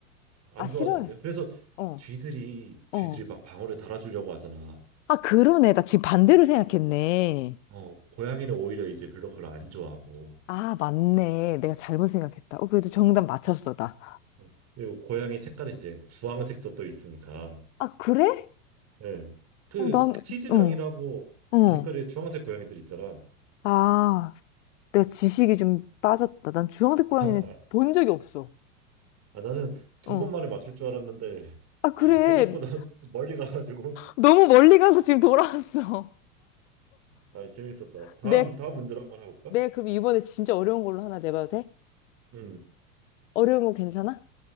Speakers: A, on the right; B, on the left.
A: 안
B: 아, 싫어했어.
A: 좋아하던데. 그래서
B: 어,
A: 쥐들이 쥐들이
B: 어.
A: 막 방울을 달아주려고 하잖아.
B: 아, 그러네. 나 지금 반대로 생각했네.
A: 어, 고양이는 오히려 이제 별로 그걸 안 좋아하고.
B: 아, 맞네. 내가 잘못 생각했다. 어, 그래도 정답 맞췄어, 나.
A: 어, 그리고 고양이 색깔이 이제 주황색도 또 있으니까.
B: 아, 그래?
A: 예. 그
B: 어, 난,
A: 치즈냥이라고
B: 응, 응.
A: 길거리에 주황색 고양이들 있잖아.
B: 아, 내가 지식이 좀 빠졌다. 난 주황색 고양이는
A: <laughs>
B: 본 적이 없어.
A: 아, 나는 두
B: 어.
A: 번 만에 맞출 줄 알았는데
B: 아, 그래.
A: <laughs> 생각보다 멀리 가가지고.
B: 너무 멀리 가서 지금 돌아왔어.
A: 아, 재밌었다.
B: <laughs>
A: 다음,
B: 내,
A: 다음 문제로 한번 해볼까?
B: 내, 그럼 이번에 진짜 어려운 걸로 하나 내봐도 돼?
A: 음,
B: 어려운 거 괜찮아?